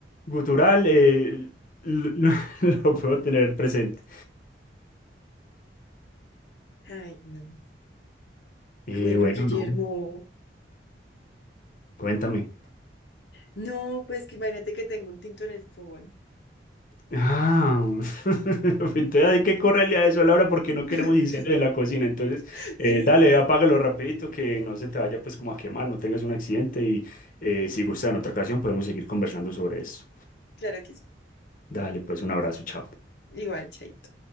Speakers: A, on the left; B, on the left.
A: gutural, eh, lo, <laughs> lo puedo tener presente.
B: Ay, no.
A: Eh,
B: Bueno,
A: bueno,
B: Guillermo,
A: no, cuéntame.
B: no, pues que imagínate que tengo un tinto en el fogón.
A: Ah, <laughs> entonces hay que correrle a eso, Laura, porque no queremos
B: <laughs>
A: incendios en la cocina. Entonces,
B: <laughs>
A: eh,
B: Sí,
A: dale, apágalo rapidito, que no se te vaya pues como a quemar, no tengas un accidente y eh, si gusta en otra ocasión podemos seguir conversando sobre eso.
B: claro que sí.
A: Dale, pues un abrazo, chao.
B: Igual, chaito.